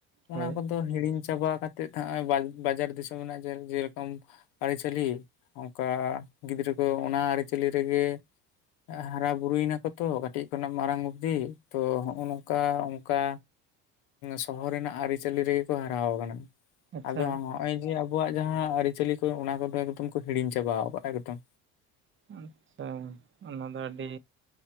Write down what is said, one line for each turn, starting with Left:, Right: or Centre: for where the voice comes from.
Right: ᱦᱳᱭ
Left: ᱚᱱᱟ ᱠᱚᱫᱚ ᱫᱚ ᱦᱤᱲᱤᱧ ᱪᱟᱵᱟ ᱠᱟᱛᱮᱫ ᱦᱟᱹᱜ ᱵᱟᱡᱟᱨ ᱫᱤᱥᱚᱢ ᱨᱮᱱᱟᱜ ᱡᱮ ᱡᱮ ᱨᱚᱠᱚᱢ ᱟᱹᱨᱤᱪᱟᱹᱞᱤ ᱚᱱᱠᱟ ᱜᱤᱫᱽᱨᱟᱹ ᱠᱚ ᱚᱱᱟ ᱟᱹᱨᱤᱪᱟᱹᱞᱤ ᱨᱮᱜᱮ ᱦᱟᱨᱟ ᱵᱩᱨᱩᱭᱱᱟᱠᱚ ᱛᱚ ᱠᱟᱹᱴᱤᱡᱽ ᱠᱷᱚᱱᱟᱜ ᱢᱟᱨᱟᱝ ᱩᱵᱫᱷᱤ ᱛᱚ᱾ ᱱᱚᱝᱠᱟ ᱚᱱᱠᱟ ᱥᱚᱦᱚᱨ ᱨᱮᱱᱟᱜ ᱟᱹᱨᱤ ᱪᱟᱹᱞᱤ ᱨᱮᱜᱮ ᱠᱚ ᱦᱟᱨᱟ ᱟᱠᱟᱱᱟ᱾
Right: ᱟᱪᱪᱷᱟ
Left: ᱟᱫᱚ ᱦᱚᱜᱸᱚᱭ ᱡᱮ ᱟᱵᱚᱣᱟᱜ ᱡᱟᱦᱟᱸ ᱟᱹᱨᱤ ᱪᱟᱹᱞᱤ ᱠᱚ ᱚᱱᱟ ᱠᱚᱫᱚ ᱮᱠᱫᱚᱢ ᱠᱚ ᱦᱤᱲᱤᱧ ᱪᱟᱵᱟᱣ ᱠᱟᱜᱼᱟ ᱮᱠᱫᱚᱢ᱾
Right: ᱟᱸᱪᱪᱷᱟ ᱚᱱᱟ ᱫᱚ ᱟᱹᱰᱤ